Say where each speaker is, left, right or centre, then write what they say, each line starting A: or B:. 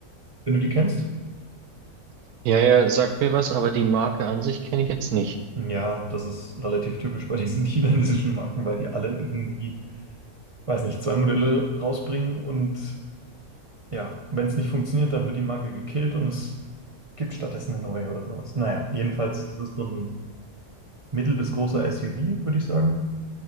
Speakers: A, on the right; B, on the right.
A: wenn du die kennst.
B: Ja, ja, sagt mir was, aber die Marke an sich kenne ich jetzt nicht.
A: Ja, das ist relativ typisch bei <laughs> diesen chinesischen Marken, weil die alle irgendwie, weiß nicht, zwei Modelle rausbringen und ja, wenn es nicht funktioniert, dann wird die Marke gekillt und es gibt stattdessen eine neue oder sowas. Naja, jedenfalls, das ist so ein mittel bis großer SUV, würde ich sagen.